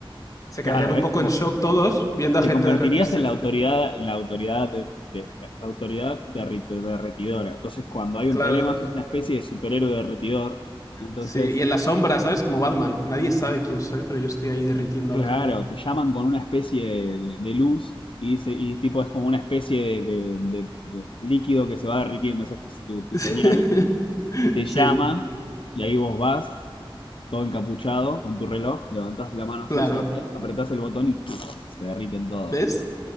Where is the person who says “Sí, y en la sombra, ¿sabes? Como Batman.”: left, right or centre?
Left